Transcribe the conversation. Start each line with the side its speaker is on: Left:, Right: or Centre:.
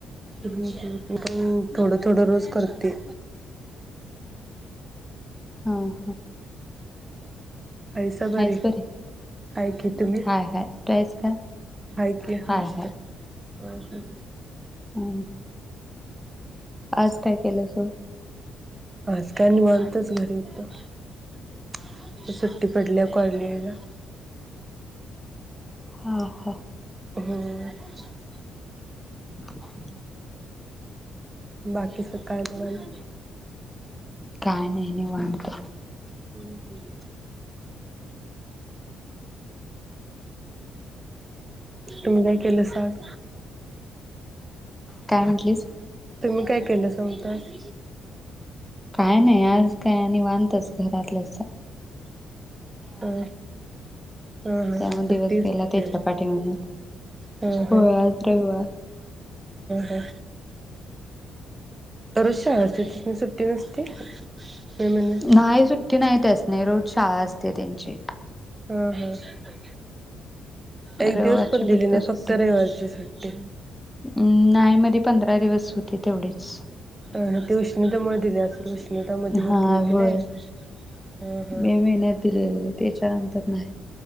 Right: हम्म हम्म. थोडं थोडं रोज कर. ते
Centre: हा हा.
Right: ऐसा बर
Centre: आहेस बरी
Right: ऐक ये तुम्ही
Centre: हाय हाय तू आहेस का
Right: ऐक ये
Centre: हाय
Right: मस्त. हम ह.
Centre: हम्. आज काय केलं स
Right: आज काय निवांतच घरी होत सुट्टी. पडल्या कलेला. <inaudible>
Centre: हा हा.
Right: हम्.
Centre: <inaudible>
Right: बाकी सकारळमध्येघण
Centre: काय नाही नाही वात.
Right: हम्म हम्. तुम्ही काय केलं सज
Centre: काय म्हटलीस.
Right: त म काय करनस तस.
Centre: काय नाही आज काय आणि वानतच घरातलं.
Right: हम हम ह
Centre: त्यामुळे
Right: सुत
Centre: दिवस
Right: ह
Centre: गेला त्याच्या पाठीमागच.
Right: ह
Centre: होय
Right: ह
Centre: आज रविवार.
Right: ह अुज शते तिथून सुट्टी नसते. मी म्हणत
Centre: नाही सुट की नाहीत अस नाही रोज शाळा असते त्यांची.
Right: हम् हम्. एक
Centre: रविवारची
Right: दिवस पण दिली नाही
Centre: सुट्टी
Right: फक्त रविवजची सुट्टी.
Centre: अं नाही मधी पंधरा दिवस होती तेवढीच.
Right: अ ते उष्णितामुळे दिले असल उष्णतामध्येध्ये
Centre: हा
Right: भरपूर होती
Centre: होय
Right: नाही हा हा
Centre: मे महिन्यात दिलेली त्याच्यानंतर नाही.